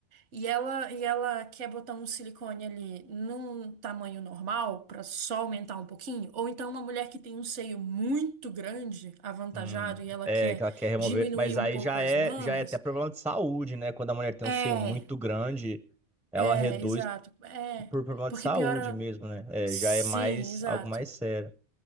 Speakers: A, on the right; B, in the centre.
A: E ela, e ela quer botar um silicone ali num tamanho normal pra só aumentar um pouquinho, ou então uma mulher que tem um seio muito grande, avantajado,
B: Hum,
A: e ela
B: é,
A: quer
B: que ela quer remover,
A: diminuir
B: mas aí
A: um pouco
B: já
A: as
B: é,
A: mamas.
B: já é até problema de saúde, né? Quando a mulher tem
A: É,
B: um seio muito grande, ela
A: é,
B: reduz
A: exato, é,
B: por problema
A: porque
B: de saúde
A: piora.
B: mesmo, né? É,
A: Sim,
B: já é mais
A: exato.
B: algo mais sério.